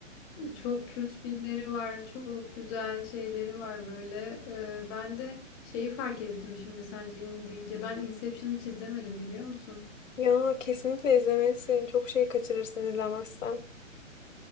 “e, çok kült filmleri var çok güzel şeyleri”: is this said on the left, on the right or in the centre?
Left